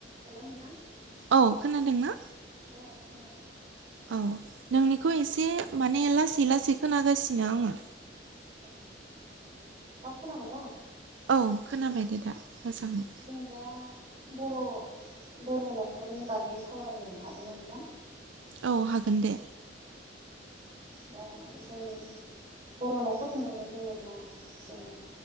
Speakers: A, on the right; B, on the right.
A: हेल नोंथां
B: औ खोनादों ना?
A: औ खोनादों।
B: औ नोंनिखौ एसे माने लासै लासै खोनागासिनो आङो।
A: औ दा खोनाबाय दा?
B: औ खोनाबाय दे दा। मोजाङै
A: जोंदा बर' बर' न'खरनि बागै सावरायनो हागोन ना नोंथां?
B: औ हागोन दे
A: दा जों बर' न'खर होननानै बुङोब्ला जोङो